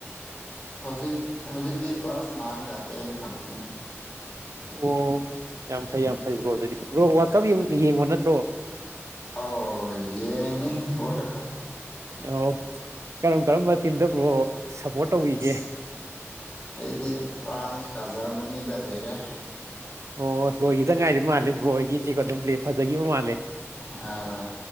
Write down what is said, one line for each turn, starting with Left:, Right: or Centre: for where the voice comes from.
Left: ꯍꯧꯖꯤꯛ ꯍꯧꯖꯤꯛꯇꯤ ꯀ꯭ꯂꯥꯁ ꯅꯥꯏꯟꯒ ꯇꯦꯟ ꯈꯛꯇꯅꯤ
Right: ꯑꯣ ꯌꯥꯝ ꯐꯩ ꯌꯥꯝ ꯐꯩ ꯕ꯭ꯔꯣ ꯑꯗꯨꯗꯤ ꯕ꯭ꯔꯣ ꯋꯥꯀꯞ ꯌꯦꯡꯕꯣ ꯅꯠꯇ꯭ꯔꯣ
Left: ꯑꯣ ꯌꯦꯉꯦ <unintelligible>
Right: ꯑ ꯀꯔꯝ ꯀꯔꯝꯕ ꯇꯤꯝꯗ ꯕꯔꫭ ꯁꯞꯄꯣꯔꯠ ꯇꯧꯕꯤꯒꯦ
Left: ꯑꯁ ꯑꯩꯗꯤ ꯐ꯭ꯔꯥꯟꯁꯀ ꯖꯔꯃꯅꯤꯗ ꯂꯩꯔꯦ
Right: ꯑꯣ ꯑꯣ ꯂꯣꯏꯈꯤꯗ ꯉꯥꯏꯔꯤ ꯃꯥꯜꯂꯦ ꯕ꯭ꯔꯣꯏꯒꯤꯁꯤꯒ ꯑꯗꯨꯝ ꯂ ꯐꯖꯈꯤꯕ ꯃꯥꯜꯂꯦ
Left: ꯑꯥ